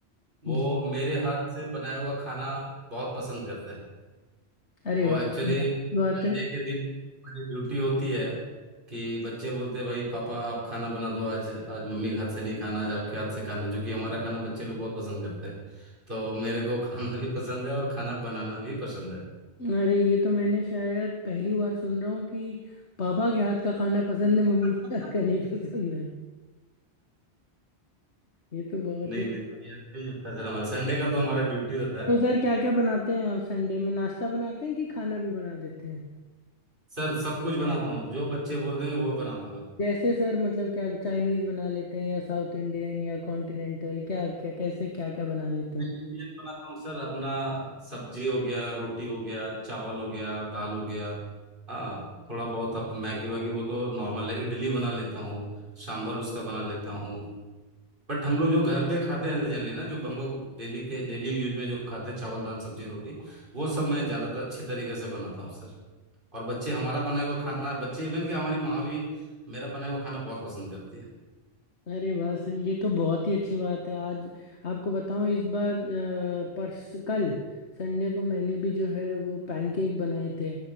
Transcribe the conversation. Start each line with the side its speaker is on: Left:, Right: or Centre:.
Right: वो
Left: जी
Right: मेरे हाथ से बनाया हुआ खाना बहुत पसंद करते हैं
Left: अरे
Right: वो
Left: वाह
Right: एक्चुअली
Left: ये तो बहुत अच्छी बात
Right: संडे
Left: है
Right: के दिन हमारी ड्यूटी होती है कि बच्चे बोलते हैं भाई पापा आप खाना बना दो आज आज मम्मी के हाथ से नहीं खाना आज आपके हाथ से खाना जो कि हमारा खाना बच्चे लोग बहुत पसंद करते हैं तो मेरे को खाना भी पसंद है और खाना बनाना भी पसंद है
Left: अरे ये तो मैंने शायद पहली बार सुन रहा हूँ कि पापा के हाथ का खाना पसंद है मम्मी
Right: <laughs>
Left: के हाथ का नहीं पसंद है ये तो बहुत
Right: नहीं
Left: ही
Right: नहीं सही है सही है सर हमारा संडे का तो हमारा ड्यूटी रहता है
Left: तो सर क्या क्या बनाते हैं आप संडे में नाश्ता बनाते हैं कि खाना भी बना देते हैं
Right: सर सब कुछ बनाता हूँ जो बच्चे बोल देंगे वो बना दूंगा
Left: जैसे सर मतलब क्या चाइनीज बना लेते हैं या साउथ इंडियन या कॉन्टिनेंटल क्या क्या कैसे क्या क्या बना लेते
Right: मैं
Left: हैं
Right: इंडियन बनाता हूँ सर अपना सब्जी हो गया रोटी हो गया चावल हो गया दाल हो गया हाँ थोड़ा बहुत अप मैगी वैगी वो तो नॉर्मल है इडली बना लेता हूँ सांभर उसका बना लेता हूँ बट हम लोग जो घर पे खाते हैं जनरली ना जो हम लोग डेली के डेली यूज में जो खाते हैं चावल दाल सब्जी रोटी वो सब मैं ज्यादातर अच्छे तरीके से बनाता हूँ सर और बच्चे हमारा बनाया हुआ खाना बच्चे इवन के हमारी माँ भी मेरा बनाया हुआ खाना बहुत पसंद करती है
Left: अरे वाह सर ये तो बहुत ही अच्छी बात है आज आपको बताऊं इस बार अ, परस कल संडे को मैंने भी जो है वो पैनकेक बनाए थे